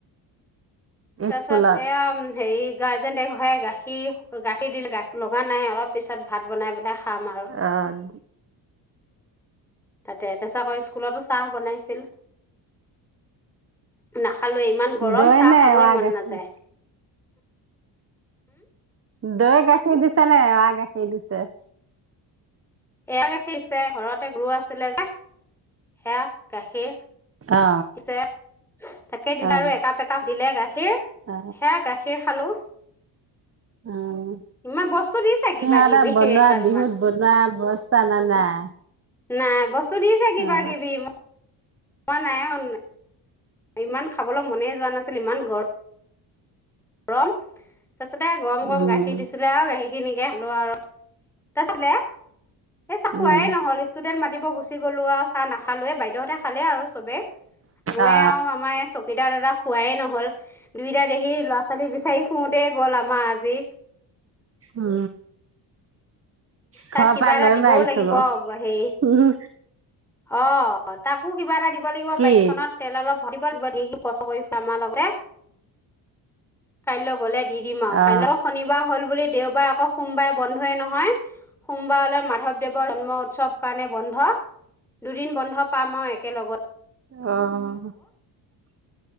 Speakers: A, in the centre; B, on the right.
A: তাৰপছত
B: স্কুলত
A: এয়া হেৰি গাৰ্জেনটে গাখীৰ গাখীৰ দিলে গা লগা নাই অলপ পিছত ভাত বনাই পেলাই খাম আৰু
B: অ উম
A: তাতে তেছাকৌ স্কুলতো চাহ বনাইছিল ন খাল ইমান গৰম
B: দৈ
A: চাহ
B: নে
A: খাব
B: এৱা
A: মন
B: গাখীৰ
A: নাযায়
B: দৈ গাখীৰ দিছে নে এয়া গাখীৰ দিছে
A: এয়াা গাখীৰ চে ঘৰতে গৰু আছিলে যে সেয়া গাখীৰ পিছে
B: অ
A: তাকেই দিলে
B: অ
A: আৰু একাপ একাপ দিলে গাখীৰ গাখীৰ
B: অ
A: সেয়া গাখীৰ খালোঁ
B: উম
A: ইমান বস্তু দি চে
B: সিহঁতে
A: কিবা কিবি
B: বনোৱা
A: একগালমান
B: বিহুত বনোৱা বস্তা না নাই
A: নাই বস্তু দি চে কিবা
B: অ
A: কিবি মই নাই শন নাই ইমান খাবলৈ মনে যোৱা নাছিল ইমান গৰ় মৰম তাৰিছতে গৰম গৰম
B: উম
A: গাখীৰ দিছিলে আৰু গাখীৰ খিনিকে ললো আৰু তাৰ আছিলে এ চাহ খুৱাইে
B: উম
A: নহল ষ্টুডেন্ট মাতি গুচি গলো আৰু চাহ নাখা খালঁোইদউহতে খালে আৰু চবে মই
B: অ
A: আৰু আমাৰ চকীদা দাদা খোৱাৱেই নহ'ল দুইটা দেহি ল'ৰা ছোৱালী বিচাৰি ফুৰোতে গ'ল আমাৰ আজি
B: অ ঘ
A: তাক কিবা
B: পা
A: এটা
B: লৈ
A: দিবও
B: লৈ আহিছো
A: লাগিব
B: গৈ
A: হেৰি
B: উম
A: অ তাকো কিবা এটা দিব লাগিব
B: কি
A: বাইকখনত তেল অলপ দিব ধ কষ্ট কৰি খ আমাৰ লগতে কাইলৈ গলে দি দিম আৰু
B: অ
A: কাইলৈও শনিবাৰ হ'ল বুলি দেওবাৰ আকৌ সোমবাৰে বন্ধয়ে নহয় সোমবাৰলৈ মাধৱদেৱৰ জন্ম উৎসৱ কাৰণে বন্ধ দুদিন বন্ধ পাম আৰু একেলগত
B: অ